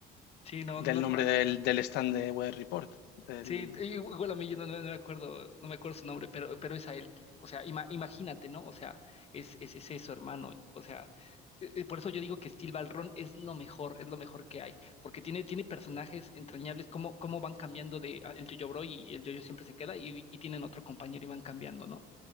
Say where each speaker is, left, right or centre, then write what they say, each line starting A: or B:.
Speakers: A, on the left; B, on the left.
A: Sí, no,
B: del
A: normal.
B: nombre del, del stand de Weather Report. Del,
A: Sí, i- igual a mí yo no, no- no me acuerdo, no me acuerdo su nombre, pero, pero es a él. O sea, ima- imagínate, ¿no? O sea, es, es, es eso, hermano. O sea, eh, eh, por eso yo digo que Steel Ballroom es lo mejor, es lo mejor que hay, porque tiene, tiene personajes entrañables, cómo, cómo van cambiando de ah, el Yo-Yo Bro y el Yo-Yo siempre se queda y, y tienen otro compañero y van cambiando, ¿no?